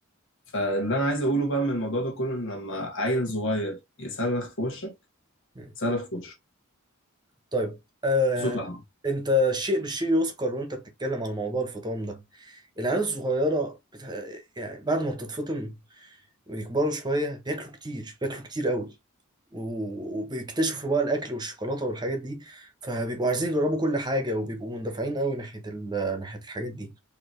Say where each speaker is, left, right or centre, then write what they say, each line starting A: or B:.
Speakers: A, on the left; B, on the right.
A: فاللي انا عايز اقوله بقى من الموضوع ده كله ان لما عيل صغير يصرخ في وشك
B: مم.
A: صرخ في وشه
B: طيب آه
A: بصوت عالي
B: انت الشيء بالشيء يذكر وانت بتتكلم عن موضوع الفطام ده العيال الصغيرة بتح... يعني بعد ما بتتفطم ويكبروا شوية بياكلوا كتير بياكلوا كتير قوي و- وبيكتشفوا بقى الأكل والشوكولاتة والحاجات دي فبيبقوا عايزين يجربوا كل حاجة وبيبقوا مندفعين قوي ناحية ال... ناحية الحاجات دي